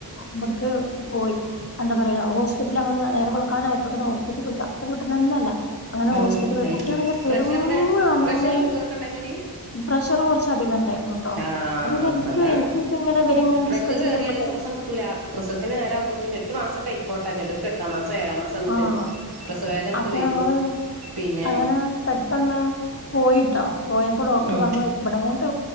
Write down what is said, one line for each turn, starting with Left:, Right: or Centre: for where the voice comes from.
Left: ഇബട്ക്ക് പോയി. എന്താ പറയാ ഹോസ്പിറ്റിൽ ഞങ്ങള് നേരെളക്കാനായപ്പോതതന്നെപോയി ഹോസ്പിറ്റിൽ സാസം കിട്ട്ണന്നെല്ല. അങ്ങനെ
Right: ഉം
Left: ഹോസ്പിറ്റ പോയി
Right: അയ്
Left: കുട്ടിആണഖി പെരും
Right: പ്രഷറിന്റെ
Left: അനങ്ങല്
Right: പ്രഷർ ഷുഗർ ഒക്കെ ഉണ്ടായിനടി
Left: പ്രഷർ കുറച്ച് ചതികണ്ടേയ്ന്ട്ടോ
Right: ആഹ്
Left: <unintelligible>
Right: അതാണ്
Left: എനക്ക് പിന്നെ ഇവരിങ്ങനെ
Right: പ്രഷർ
Left: ഡിസ്കസെയ്യുമ്പളേ
Right: കഏറിയാലും ശ്വാസം കിട്ടൂല പ്രസത്തിന് നേരാആവുമ്പോെ എട്ട് മാസംക്കെ ആയിക്കോട്ടെ ചേലോല് ഏഴാ മാസ വുമ്പോത്തിനു
Left: ആഹ്
Right: പ്രസവേദനൊക്കെ
Left: അപ്പൊ
Right: വരും
Left: ഞങ്ങള്
Right: പിന്നെ
Left: അങ്ങനെ പെട്ടെന്ന് പോയിട്ടോ പോയപ്പോ ഡോക്ടർ
Right: ഉം
Left: പറഞ്ഞത് ഇവിടങ്ങോണ്ട്